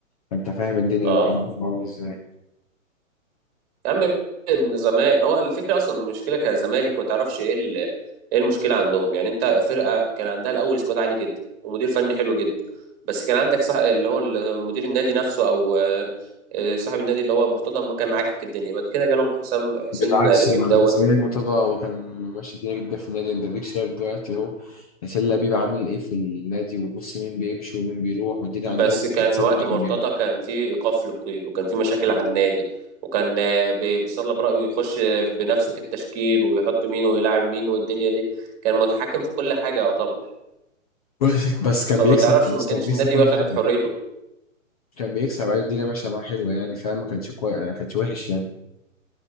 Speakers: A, on the left; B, on the right.
A: فانت فاهم الدنيا
B: اه
A: بقى عندهم عاملة ازاي
B: يا عم من زمان هو الفكره اصلا المشكله كزمالك ما تعرفش ايه ال- ايه المشكله عندهم يعني انت فرقه كان عندها الاول سكواد عالي جدا ومدير فني حلو جدا بس كان عندك صح اللي هو مدير النادي نفسه او آه، آه، صاحب النادي اللي هو مرتضى ما كان عاكك الدنيا بعد كده جالهم حسام حسين
A: بالعكس
B: لبيب
A: انا
B: دوت
A: بالنسبه لي مرتضى هو كان ماشي الدنيا جدا في النادي انت اديك شايف دلوقتي اهو حسين لبيب عامل ايه في النادي وبص مين بيمشي ومين بيروح والدنيا
B: بس
A: عندهم
B: كان
A: مش احسن
B: وقت
A: حاجه
B: مرتضى
A: يعني
B: كان في ايقاف للقيد وكان في مشاكل على النادي وكان آه، بي- بيصلب رأيه يخش بنفسه في التشكيل ويحط مين ويلعب مين والدنيا دي كان متحكم في كل حاجه يعتبر
A: بس بس كان
B: فما
A: بيكسب
B: تعرفش
A: بس
B: ما كانش
A: كان بيكسب
B: النادي
A: كل
B: واخد
A: حاجه
B: حريته
A: كان بيكسب عليه الدنيا ماشيه معاه حلوه يعني فاهم ما كانش كويس ما كانش وحش يعني